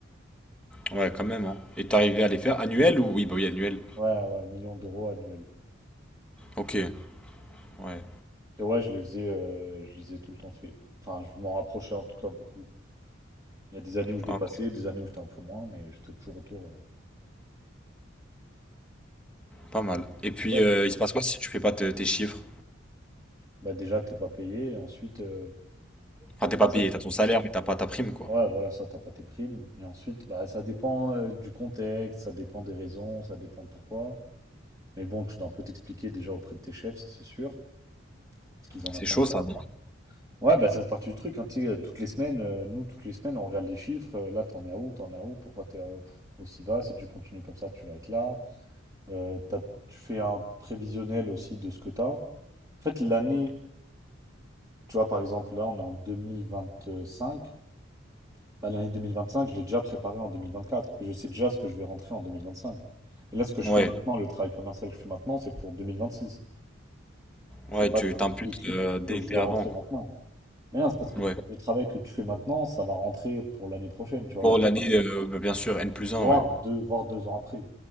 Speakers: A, in the centre; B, on the right.
A: ouais, quand même, hein. Et tu es arrivé à les faire annuels ou oui, bah, oui, annuels.
B: Ouais, ouais, millions d'euros annuels.
A: OK, ouais.
B: Et ouais, je les faisais, euh, je les ai tout le temps fait. Enfin, je m'en rapprochais en tout cas beaucoup. Il y a des années où je dépassais,
A: Ah OK,
B: des années où j'étais un peu moins, mais j'étais toujours autour. ouais.
A: pas mal. Et puis,
B: Donc ouais,
A: heu, il se passe quoi si tu fais pas te tes chiffres?
B: bah déjà, t'es pas payé. Et ensuite, euh,
A: Enfin, t'es pas
B: ça-
A: payé, T'as ton salaire, mais t'as pas ta prime, quoi.
B: ouais, voilà, ça, t'as pas tes primes. Et ensuite, bah ça dépend euh, du contexte, ça dépend des raisons, ça dépend pourquoi. Mais bon, tu dois un peu t'expliquer déjà auprès de tes chefs, ça c'est sûr. Parce qu'ils en
A: C'est
B: attendent
A: chaud
B: pas.
A: ça, non?
B: Ouais, bah ça fait partie du truc, hein, tu sais, euh, toutes les semaines, euh, nous, toutes les semaines, on regarde les chiffres, euh, là, t'en es à où, t'en es à où, pourquoi t'es euh, aussi bas, si tu continues comme ça, tu vas être là. Euh, t'as- tu fais un prévisionnel aussi de ce que t'as. En fait, l'année, tu vois, par exemple, là, on est en 2025, bah, l'année 2025, je l'ai déjà préparée en 2024, et je sais déjà ce que je vais rentrer en 2025. Et là, ce que je
A: Ouais,
B: fais maintenant, le travail commercial que je fais maintenant, c'est pour 2026. C'est
A: ouais,
B: pas
A: tu t'imputes,
B: le truc
A: heu, dès
B: que je
A: dès
B: vais
A: avant,
B: rentrer
A: quoi.
B: maintenant. Mais non, c'est parce que
A: Ouais.
B: tu- le travail que tu fais maintenant, ça va rentrer pour l'année prochaine, tu vois,
A: Pour
B: entre-
A: l'année, heu, bah, bien sûr, N plus
B: voire
A: un. ouais.
B: deux, voire deux ans après.